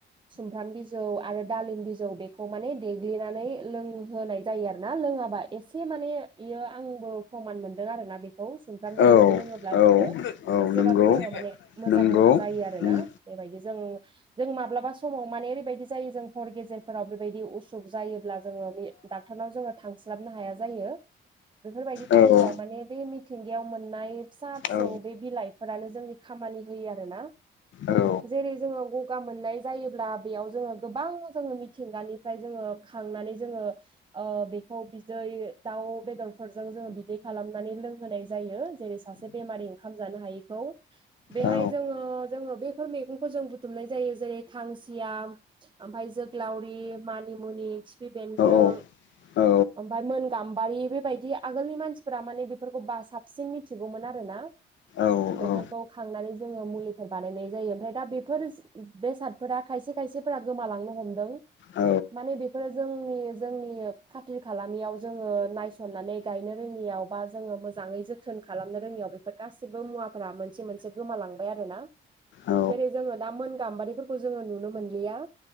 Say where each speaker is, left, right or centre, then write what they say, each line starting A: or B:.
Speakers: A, on the right; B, on the left.
A: सुमफ्राम बिज बिजौ आरो दालिम बिजौ बेखौ माने देग्लिनानै लोंहोनाय जायो आरो ना लोङाबा एसे माने इयो आंबो प्रमान मोनदों आरो ना बेख औ सुमफ्राम बिजौखौ
B: औ
A: लोङोब्ला जोङो
B: औ औ
A: एसेबाबो
B: नंगौ
A: जोङो माने मोजां
B: नंगौ
A: जायो आरो आरोना
B: उम
A: बेबायदि जों जों माब्लाबा समाव माने ओरैबायदि जायो जों हर गेजेरफोराव बेबायदि उसुख जायोब्ला जोङो मि डाक्टरनाव जोङो थांस्लाबनो हाया जायो बेफोरबायदि टाइमफोराव
B: औ औ
A: माने बे मिथिंगायाव मोननाय फिसा फिसौ
B: औ
A: बे बिलाइ फोरानो जोंनि खामानि होयो आरो ना
B: औ
A: जेरै जोङो गगा मोननाय जायोब्ला बेयाव जोङो गोबां जोङो मिथिंगानिफ्राय जोङो खांनानै जोङो ओ बेखौ बिदै दाउ बेदरफोरजों जोङो बिदै खालामनानै लोंहोनाय जायो जेरै सासे बेमारि ओंखाम जानो हायैखौ बेहाय
B: औ
A: जोङो जोङो बेफोर मैगंखौ जों बुथुमनाय जायो जेरै खांसिया ओमफाय जोग्लावरि मानिमुनि खिफि बेन्दों
B: औ औ
A: ओमफाय मोन गाम्बारि बेबायदि आगोलनि मानसिफोरा माने बेफोरखौ बा साबसिन मि मिथिगौमोन आरोना
B: औ
A: बेफोरखौ
B: औ
A: खांनानै जोङो मुलिफोर बानायनाय जायो ओमफाय दा बेफोर बेसादफोरा खायसे खायसेफोरा गोमालांनो हमदों
B: औ
A: माने बेफोरो जोंनि जोंनि खाथिर खालामालामियाव जोङो नायस सननानै गायनो रोङियाव बा जोङो मोजाङै जोथोन खालामनो रोङियाव बेफ गासिबो मुवा मोनसे मोनसे गोमालांबाय आरोना
B: औ
A: जेरै जोङो दा मोन गाम्बारिफोरखौ जोङो नुनो मोनलिया